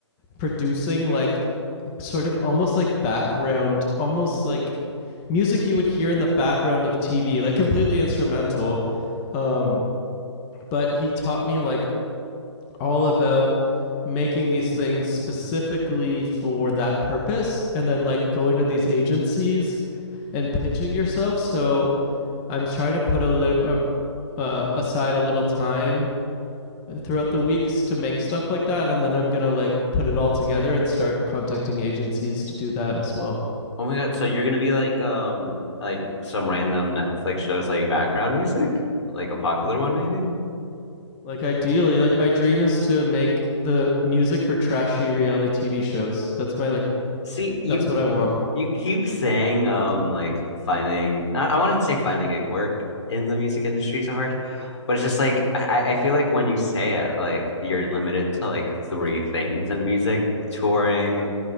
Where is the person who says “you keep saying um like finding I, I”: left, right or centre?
Left